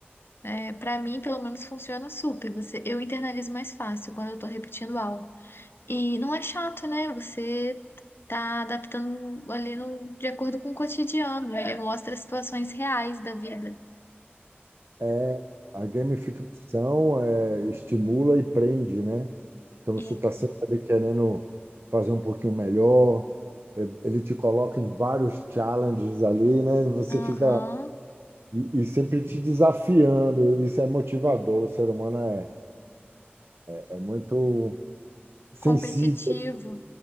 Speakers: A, on the left; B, on the right.
A: É, para mim, pelo menos, funciona super. Você, eu internalizo mais fácil quando eu tô repetindo algo. E não é chato, né? Você tá adaptando ali no, de acordo com o cotidiano. Ele mostra situações reais da vida.
B: é A gamificação é, estimula e prende, né? Então você
A: É.
B: está sempre ali querendo fazer um pouquinho melhor. eh, Ele te coloca em vários challenges ali, né? Você
A: Aham.
B: fica e, e sempre te desafiando. Isso é motivador. O ser humano é, é muito sensível.
A: Competitivo.